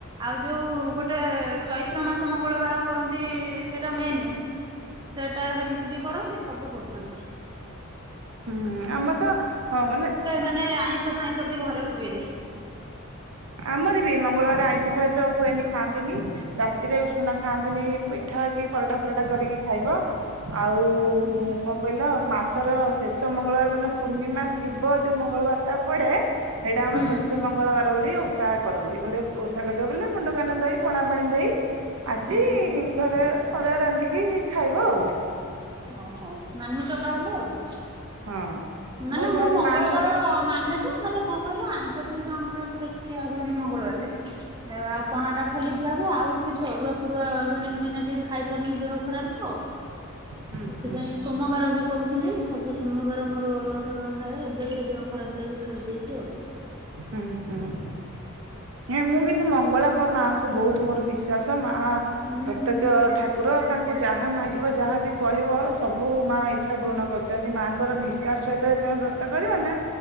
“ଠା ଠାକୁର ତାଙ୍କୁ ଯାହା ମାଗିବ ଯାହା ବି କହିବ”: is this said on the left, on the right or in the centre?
Right